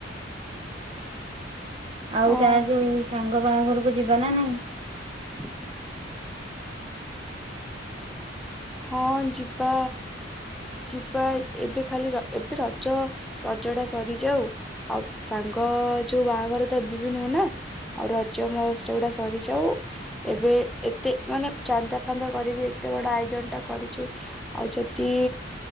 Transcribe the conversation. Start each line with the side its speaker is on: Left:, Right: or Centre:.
Right: ଆଉ
Centre: ଅ
Right: ତା ଯୋଉ ସାଙ୍ଗ ବାହାଘରକୁ ଯିବା ନା ନାଇଁ।
Centre: <inaudible> ହଁ ଯିବା ଯିବା ଏବେ ଖାଲି ର ଏବେ ର ଜ ରଜ ଟା ସରିଯାଉ। ଆଉ ସାଙ୍ଗ ଯୋଉ ବାହାଘର ତ ଏବେ ବି ନୁହଁ ନା। ଆଉ ରଜ ମହୋତ୍ସବ ଟା ସରିଯାଉ। ଏବେ ଏତେ ମାନେ ଚାନ୍ଦା ଫାନ୍ଦା କରିକି ଏତେ ବଡ ଆଇ ଜ ଟା କରିଛୁ ଆଉ ଯଦି